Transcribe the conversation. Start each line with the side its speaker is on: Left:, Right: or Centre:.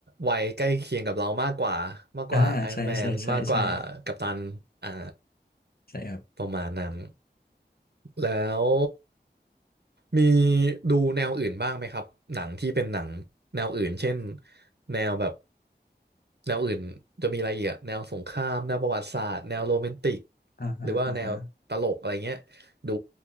Right: วัยใกล้เคียงกับเรามากกว่ามากกว่าไอรอนแมนมากกว่ากัปตันอ่า
Left: ่าใช่ใช่ใช่ใช่ใช่ครับ
Right: ประมาณนั้นแล้วมีดูแนวอื่นบ้างไหมครับหนังที่เป็นหนังแนวอื่นเช่นแนวแบบแนวอื่นจะมีอะไรอีกอะแนวสงครามแนวประวัติศาสตร์แนวโรแมนติก
Left: อ่าฮะอ่าฮะ
Right: หรือว่าแนวตลกอะไรเงี้ยดู